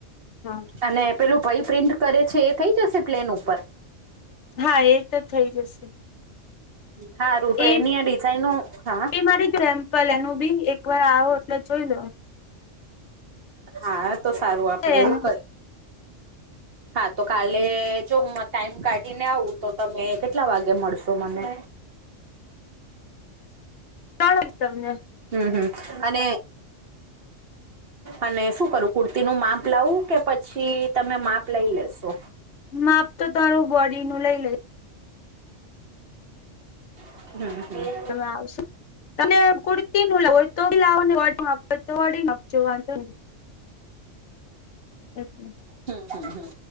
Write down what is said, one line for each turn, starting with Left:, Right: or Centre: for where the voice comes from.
Left: હા
Right: અને પેલું ભય પ્રિન્ટ કરે છે એ થઈ જશે પ્લેન ઉપર?
Left: હા એ તો થઈ જશે.
Right: હારું તો
Left: એ
Right: એની આ ડિઝાઇનો હા
Left: એ મારી જેમ. ભલે એનું બી એક વાર આવો એટલે જોઈ લો.
Right: હા તો સારું આપણે
Left: એનું
Right: એવું કર હા તો કાલે' જો ટાઈમ કાઢીને આવું તો તમે કેટલા વાગે મળશો મને?
Left: કણ તમને?
Right: હમ હમ અને અને શું કરું કુર્તી નું માપ લાવું કે પછી તમે માપ લઈ લેશો?
Left: માપ તો તમારું બોડી નું લઇ લેશ
Right: હમ હમ
Left: તમે આવશો? ત કુર્તી નું લાવ હોય તો લાવવા ને તો બોડી ના માપ જો વાંધોને. ઓચછ
Right: હમ હમ હ